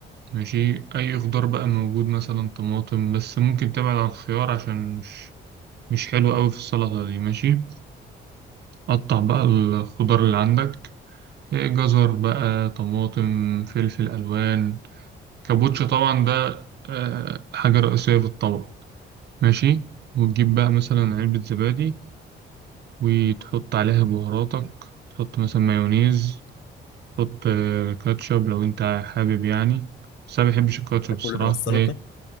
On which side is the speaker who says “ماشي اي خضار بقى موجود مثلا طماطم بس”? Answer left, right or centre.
Right